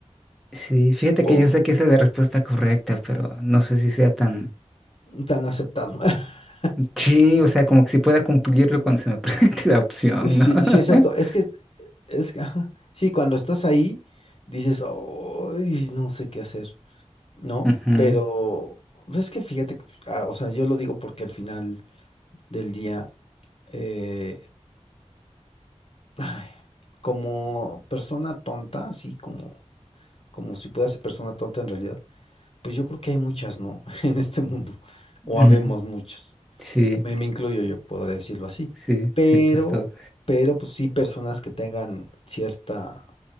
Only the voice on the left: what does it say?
Por
tan aceptado. <laughs>
Sí,
sí, exacto. Es que, es que, ajá. Sí, cuando estás ahí, dices, "Ay, no sé qué hacer, ¿no?
Pero, pues es que fíjate, que, pues, ah, o sea, yo lo digo porque al final del día, eh, ay, como persona tonta, sí, como, como si pueda ser persona tonta en realidad Pues yo creo que hay muchas, ¿no? <laughs> En este mundo, o
habemos muchas.
Me, me incluyo yo, podría decirlo así.
Pero,
pero pues sí personas que tengan cierta,